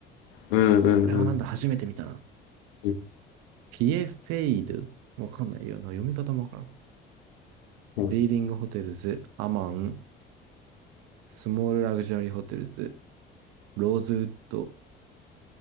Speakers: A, on the left; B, on the right.
A: うん、
B: これはなんだ、
A: うん、うん。
B: 初めて見たな。
A: え
B: ピエフェイドわかんないよな。読み方もわからん。
A: うん
B: リーディングホテルズ、アマン、スモールラグジュアリーホテルズ、ローズウッド、